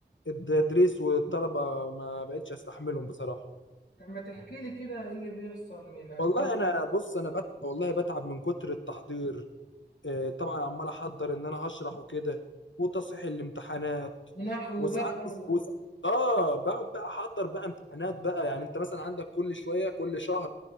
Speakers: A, on the left (about 85°); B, on the left (about 50°).
A: التدريس والطلبه ما بقتش استحملهم بصراحه
B: طب ما تحكي لي كده ايه اللي بيحصل من الطلبة
A: والله انا بص انا بت... والله بتعب من كتر التحضير آه، طبعا عمال احضر ان انا هشرح وكده وتصحيح الامتحانات
B: ونحو
A: وساعات
B: بقى و...
A: وساعات اه بقعد بقى احضر بقى امتحانات بقى يعني انت مثلا عندك كل شويه كل شهر